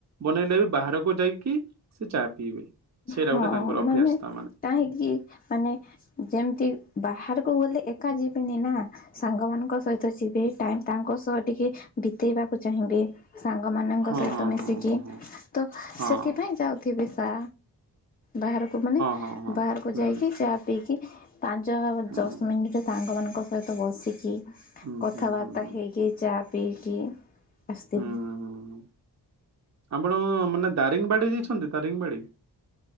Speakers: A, on the right; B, on the left.
A: ବନେଇଲେ ବି ବାହାରକୁ ଯାଇକି ସେ ଚା ପିଇବେ। ସେଇଟା
B: ହଁ
A: ଗୋଟେ ତାଙ୍କର ଅଭ୍ୟାସ
B: ମାନେ
A: ତା
B: କାହିଁକି ମାନେ ଯେମିତି ବାହାରକୁ ଗଲେ ଏକା ଯିବେନି ନା ସାଙ୍ଗମାନଙ୍କ ସହିତ ଯିବେ ଟାଇମ୍ ତାଙ୍କ ସହ ଟିକେ ବିତେଇବାକୁ ଚାହିଁବେ। ସାଙ୍ଗମାନଙ୍କ
A: ହଁ
B: ସହିତ
A: ହଁ
B: ମିଶିକି
A: ହଁ ହଁ
B: ତ
A: ହଁ
B: ସେଥିପାଇଁ ଯାଉଥିବେ। ତା ବାହାରକୁ ମାନେ
A: ହଁ ହଁ ହଁ
B: ବାହାରକୁ ଯାଇକି ଚା ପିଇକି ପାଞ୍ଚ
A: ହଁ।
B: ଦଶ ମିନିଟରେ ସାଙ୍ଗ ମାନଙ୍କ ହଏତ ବସିକି
A: ହୁଁ
B: କଥାବାର୍ତ୍ତା
A: ହୁଁ ହୁଁ ହୁଁ ହୁଁ ହୁଁ
B: ହେଇକି ଯା ପିକ୍ଷି ଆସତିବ
A: ହୁଁ ହୁଁ ହୁଁ। ଆପଣ ମାନେ ଦାରିଙ୍ଗ ବାଡି ଯ ଛନ୍ତି ତାରିଙ୍ଗବାଡ଼ି